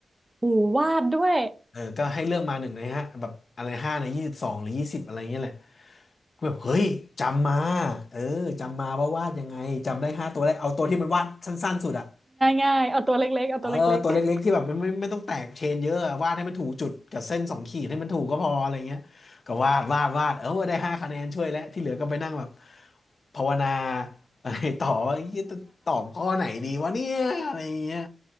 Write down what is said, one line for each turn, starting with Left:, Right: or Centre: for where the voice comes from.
Right: โหูวาดด้วย
Left: เออก็ให้เลือกมาหนึ่งในห้าแบบอะไรห้าในยี่สิบสองหรือยี่สิบอะไรเงี้ยแหละก็แบบเฮ้ยจำมาเออจำมาว่าวาดยังไงจำได้ห้าตัวแรกเอาตัวที่มันวาดสั้นๆสุดอะ
Right: ง่ายๆเอาตัวเล็กๆเอาตัวเล็กๆ
Left: เออตัวเล็กๆที่แบบมันไม่ไม่ต้องแตกเชนเยอะอะวาดให้มันถูกจุดกับเส้นสองขีดให้มันถูกก็พออะไรเงี้ยก็วาดวาดวาดเออได้ห้าคะแนนช่วยแล้วที่เหลือก็ไปนั่งแบบภาวนาอะไรต่อว่าเหี้ยจะตอบข้อไหนดีวะเนี่ยอะไรเงี้ย